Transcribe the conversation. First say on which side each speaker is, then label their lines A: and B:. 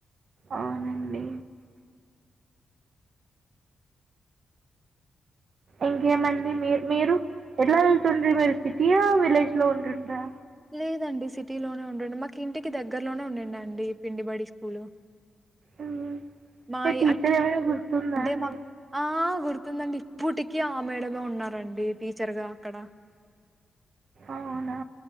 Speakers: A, on the right; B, on the right.
A: అవునండి ఇంకేమండి మీ మీరు ఎట్లా వెళ్తుంటిరి మీరు సిటీయా విలేజ్ లో ఉంటుంటి రా
B: లేదండి సిటీలోనే ఉండండి మాకు ఇంటికి దగ్గరలోనే ఉండడి అండి పిండిబడి స్కూలు
A: మ్
B: మా
A: టీచర్
B: ఇ-
A: ఎవరో గుర్తుందా
B: అంటే
A: అండి.
B: మా ఆ గుర్తుందండి ఇప్పటికీ ఆ మేడమే ఉన్నారండి టీచర్గా అక్కడ.
A: అవునా